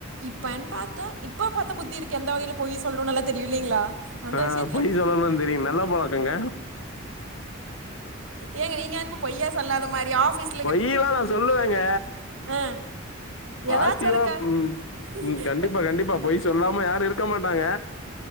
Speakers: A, on the right; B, on the left.
A: இப்பன்னு பாத்த இப்ப பாத்த புத்தி இருக்கு எந்த வகைல பொய் சொல்லணுனு ல்லா தெரியு இல்லைங்களா அந்த
B: ஆ
A: விஷயத்தில்
B: பொய் சொல்லணுனு தெரியு நல்ல பழக்கங்க
A: ஏங்க நீங்க என்னமோ பொய்யோ சொல்லாத மாரி ஆஃபிஸ்
B: பொய் எல்லா நா சொல்லுவேங்க
A: ஆ
B: பாசிட்டிவா
A: ஏதாச்சும் ஒரு கார்
B: ம் ம் கண்டிப்பா
A: இப்ப-
B: கண்டிப்பா பொய் சொல்லாம யாரு இருக்க மாட்டாங்க